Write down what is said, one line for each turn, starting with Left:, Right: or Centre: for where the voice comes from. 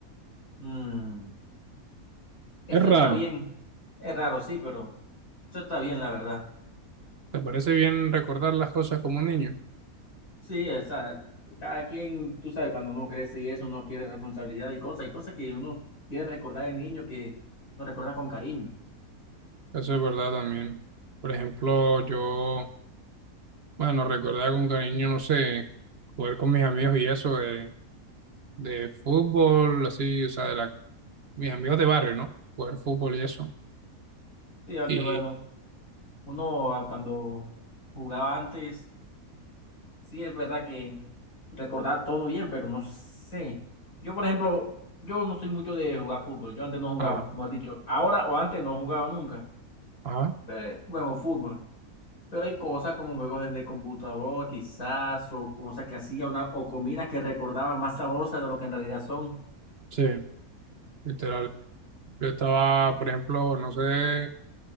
Left: mm, esto
Right: Es raro.
Left: está bien. Es raro, sí, pero esto está bien, la verdad.
Right: ¿Te parece bien recordar las cosas como un niño?
Left: Sí, esa, cada quien, tú sabes, cuando uno crece y eso, uno quiere responsabilidad y cosas, y cosas que uno quiere recordar de niño que lo recuerda con cariño.
Right: Eso es verdad también. Por ejemplo, yo, bueno, recordaba con cariño, no sé, jugar con mis amigos y eso de, de fútbol, así, o sea, de la, mis amigos de barrio, ¿no? Jugar fútbol y eso.
Left: Sí, aunque
Right: Y,
Left: bueno, uno ah, cuando jugaba antes, sí es verdad que recordaba todo bien, pero no sé. Yo, por ejemplo, yo no soy mucho de jugar fútbol, yo antes no jugaba,
Right: ajá,
Left: mejor dicho, ahora o antes no jugaba nunca,
Right: ajá,
Left: pero bueno, fútbol. Pero hay cosas como juegos de computador, quizás, o cosas que hacía una, o comidas que recordaba más sabrosas de lo que en realidad son.
Right: sí, literal. Yo estaba, por ejemplo, no sé.